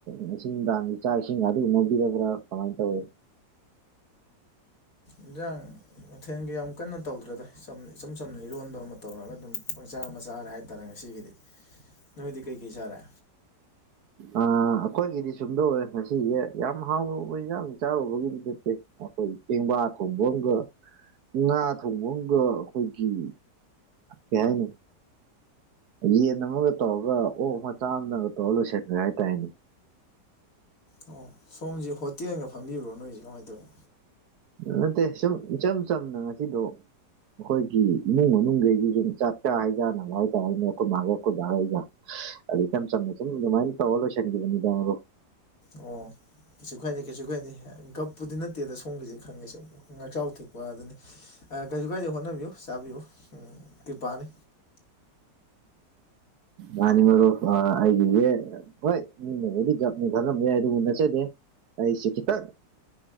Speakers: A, on the right; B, on the left.
A: ꯉꯁꯤ ꯅꯨꯡꯗꯥꯡꯒꯤ ꯆꯥꯛ ꯏꯁꯤꯡꯒ ꯑꯗꯨ ꯎ ꯅꯧꯕꯤꯗꯔꯕ꯭ꯔꯥ ꯀꯃꯥꯏꯅ ꯇꯧꯋꯤ
B: ꯏꯟꯖꯥꯡ ꯃꯊꯦꯜꯒꯤ ꯌꯥꯝ ꯀꯟꯅ ꯇꯧꯗ꯭ꯔꯗ ꯏꯆꯝ ꯆꯝꯅ ꯏꯔꯣꯟꯕ ꯑꯃ ꯇꯧꯔꯒ ꯑꯗꯨꯝ ꯄꯆꯥ ꯑꯃ ꯆꯥꯔꯦ ꯍꯥꯏꯇꯥꯔꯦ ꯉꯁꯤꯒꯤꯗꯤ
A: <unintelligible>
B: ꯅꯣꯏꯗꯤ ꯀꯩꯀꯩ ꯆꯥꯔꯦ
A: ꯎꯝ <inaudible> ꯑ ꯑꯩꯈꯣꯏꯒꯤꯗꯤ ꯁꯨꯝ ꯇꯧꯋꯦ ꯉꯁꯤꯁꯦ ꯌꯥꯝ ꯍꯥꯎꯔꯨꯕ ꯏꯟꯖꯥꯡ ꯆꯥꯔꯨꯕꯒꯤꯗꯤ ꯅꯠꯇꯦ ꯑꯩꯈꯣꯏ ꯆꯦꯡꯕꯥ ꯊꯣꯡꯐꯝ ꯑꯃꯒ ꯉꯥ ꯊꯣꯡꯐꯝ ꯑꯃꯒ ꯑꯩꯈꯣꯏꯒꯤ ꯀꯩ ꯍꯥꯢꯅꯤ ꯌꯦꯟ ꯑꯃꯒ ꯇꯧꯔꯒ ꯑꯣꯛ ꯃꯆꯥ ꯑꯃꯒ ꯇꯧꯔ ꯂꯣꯏꯁꯤꯟꯈ꯭ꯔꯦ ꯍꯥꯏꯇꯥꯔꯦꯅꯦ
B: ꯑꯣ ꯁꯣꯝꯁꯦ ꯍꯣꯇꯦꯜꯒ ꯐꯝꯕꯤꯕ꯭ꯔꯣ ꯅꯣꯏꯁꯤꯦ ꯀꯃꯥꯏꯅ ꯇꯧꯏ
A: ꯅꯠꯇꯦ ꯁꯨꯝ ꯏꯆꯝ ꯆꯝꯅ ꯉꯁꯤꯗꯣ ꯑꯩꯈꯣꯏꯒꯤ ꯏꯃꯨꯡ ꯃꯅꯨꯡꯗꯒꯤꯗꯤ ꯁꯨꯝ ꯆꯥꯛ ꯆꯥ ꯍꯩꯖꯥꯟꯅꯕ ꯍꯥꯏꯇꯥꯔꯦꯅꯦ ꯑꯩꯈꯣꯏ ꯃꯥꯒ ꯑꯩꯈꯣꯏ ꯕꯥꯒ ꯑꯩꯒ ꯑꯗꯨ ꯏꯆꯝ ꯁꯝꯅ ꯁꯨꯝ ꯑꯗꯨꯃꯥꯏꯅ ꯇꯧꯔ ꯂꯣꯏꯁꯤꯟꯈꯤꯕꯅꯤꯗꯥ ꯕꯔꯣ
B: ꯑꯣ ꯀꯩꯁꯨ ꯀꯥꯏꯗꯦ ꯀꯩꯁꯨ ꯀꯥꯏꯗꯦ ꯀꯒꯞꯄꯨꯗꯤ ꯅꯠꯇꯦꯗ ꯁꯣꯝꯒꯤꯁꯦ ꯈꯪꯉꯦ ꯁꯨꯝ ꯉꯥꯛꯆꯥꯎ ꯊꯦꯛꯄ ꯑꯗꯨꯅꯤ ꯀꯩꯁꯨ ꯀꯥꯏꯗꯦ ꯍꯣꯠꯅꯕꯤꯌꯨ ꯆꯥꯕꯤꯌꯨ ꯎꯝ ꯀ꯭ꯔꯤꯄꯥꯅꯤ
A: ꯌꯥꯅꯤꯉꯣ ꯑꯩꯒꯤ ꯍꯣꯏ ꯃꯤꯅꯕꯨꯗꯤ ꯒꯞꯅꯦ ꯈꯜꯂꯝꯕ ꯌꯥꯏ ꯑꯗꯨꯕꯨ ꯅꯠꯆꯗꯦ ꯑꯩ ꯁꯤꯈꯤ ꯇ